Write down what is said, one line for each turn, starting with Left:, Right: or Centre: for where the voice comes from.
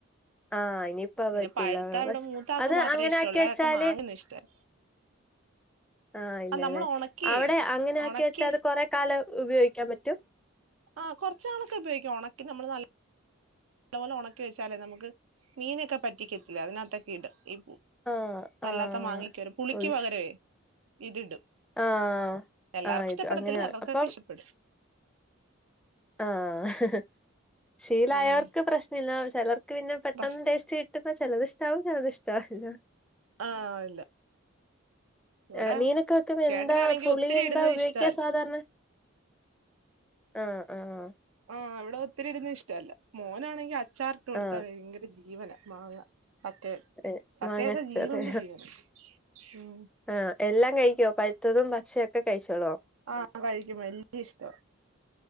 Centre: ആഹ് ഇനിയിപ്പോ അത്
Right: പിന്നെ
Centre: പറ്റൂല
Right: പഴുത്ത ഇവിടെ
Centre: പക്ഷെ
Right: മൂത്താക്ക്
Centre: അത്
Right: മാത്രമേ
Centre: അങ്ങനെ
Right: ഇഷ്ടമുള്ളൂ
Centre: ആക്കി വെച്ചാല്
Right: അയാൾക്ക് മാങ്ങന ഇഷ്ടം
Centre: ആഹ് ഇല്ലല്ലേ
Right: അത് നമ്മൾ ഉണക്കി
Centre: അവിടെ അങ്ങനെ ആക്കി
Right: ഉണക്കി
Centre: വെച്ചാ അത് കുറെ കാലം ഉപയോഗിക്കാൻ പറ്റും
Right: ആഹ് കൊറച്ച് നാളൊക്കെ ഉപയോഗിക്കാം ഉണക്കിന് നമ്മള് നല് നല്ലപോലെ ഉണക്കി വെച്ചാലേ നമുക്ക് മീനൊക്കെ പറ്റിക്കത്തില്ലേ അതിനാതൊക്കെ ഇടാം ഈ പൂ
Centre: ആ ആ
Right: അല്ലാത്തെ മാങ്ങെക്കെ പുളിക്ക്
Centre: ഓ ഇസ്-
Right: പകരേ ഇതിടും
Centre: ആ
Right: എല്ലാർക്കും
Centre: ആ ഇത്
Right: ഇഷ്ടപ്പെടത്തില്ല
Centre: അങ്ങനെ
Right: ചിലർക്കൊക്കെ
Centre: അപ്പം
Right: ഇഷ്ടപ്പെടും
Centre: ആഹ് ശീലായവർക്ക്
Right: ഉം
Centre: പ്രശ്നമില്ല ചിലർ ക്ക് പിന്നെ പെട്ടെന്ന്
Right: പക്ഷ
Centre: ടേസ്റ്റ് കിട്ടുമ്പോ ചിലത് ഇഷ്ടവും ചിലത്തിഷ്ടാവില്ലാ
Right: ആഹ് ഇല്ല ഇവിടെ
Centre: ങ് മിനൊക്കെ വെക്കുമ്പോ എന്താ
Right: ചേട്ടനാണെങ്കി
Centre: പുളി
Right: ഒത്തിരി
Centre: എന്താ
Right: ഇടുന്നത്
Centre: ഉപയോഗിക്ക
Right: ഇഷ്ടമല്ല
Centre: സാധരണ ആഹ് ആഹ്
Right: ആഹ് ഇവിടെ ഒത്തിരി ഇടുന്നത് ഇഷ്ടവല്ല മോനാണെങ്കിൽ അച്ചാറിട്ട് കൊടുത്താ
Centre: ആഹ്
Right: ഭയങ്കര ജീവന മാങ്ങ ചക്കെ
Centre: ഏഹ്
Right: ചക്കെയൊക്കെ
Centre: മാങ്ങാച്ചാറ്
Right: ജീവന്റെ ജീവന ഉം
Centre: ആണ് എല്ലാം കഴിക്കോ പഴുത്തതും പച്ചയൊക്കെ കഴിച്ചോളോ
Right: ആഹ് കഴിക്കും വല്യ ഇഷ്ട